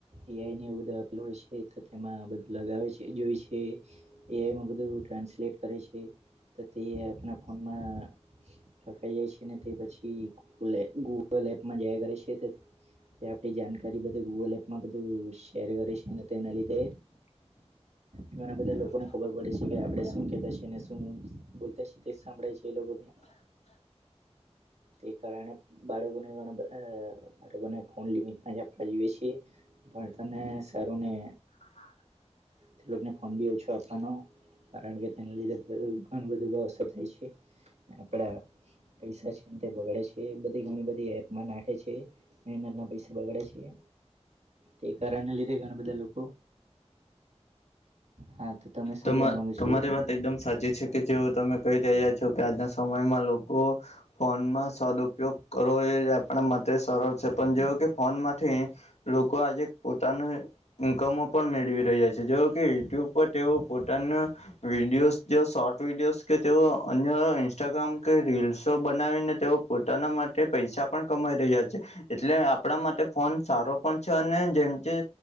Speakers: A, on the right (about 75°); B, on the left (about 75°).
A: એ આઈ ને એ બધું આપેલું હોય છે, તો તેમાં બધું લગાવે છે જોય છે એ આઈ મા બધુ ટ્રાન્સલેટ કરે છે, તો તે આપના ફોનમાં લખાઈ જાય છે, ને તે પછી ગૂગલ એપમાં જયા કરે છે તેથી તે આપડી જાણકારી બધુ ગૂગલ એપમાં બધું શેર કરે છે, તો એના લીધે ઘણા બધા લોકોને ખબર પડે છે કે, આપડણે શું કેતા છે એને તું બોલતા છે, તે સાંભળાય છે, એ લોકોગોને તે કારણે બાળકોને ઘણાધા બાળકોને ફોન લિમિટમાં જ આપવા જોઈએ, છીએ પણ તેને સારું ને
B: હા
A: તે ફોન બી ઓછો આપવાનો કારણ કે તેને લીધે ઘણું બધું અસર થાય છે આપણે પૈસા છે તે બગડે છે બધી ઘણી બધી એપમાં નાખે છે, મહેનત ના પૈસા બગડે છે તે કરણને લીધે ઘણા બધા લોકો હા, તો તમે શું
B: તમા
A: કહેવા માગો છો
B: તમારી
A: એ કારણે
B: વાત એકદમ સાચી છે, કે જેવો તમે કહી રહ્યા છો કે, આજના સમયમાં લોકો ફોનમાં સદઉપયોગ કરવો એ આપણા માટે સરળ છે, પણ જેવું કે ફોન માંથી લોકો આજે પોતાનું ઇન્કમો પણ મેળવી રહ્યા છે, જેવો કે યુટ્યુબ પર તેઓ પોતાના વિડીયોઝ જે શોર્ટ વિડીયોઝ કે તેઓ અન્ય ઇન્સ્ટાગ્રામ કે રીલ્સો બનાવીને, તેઓ પોતાના માટે પૈસા પણ કમાઈ રહ્યા છે, એટલે આપણા માટે ફોન સારો પણ છે અને જેમ કે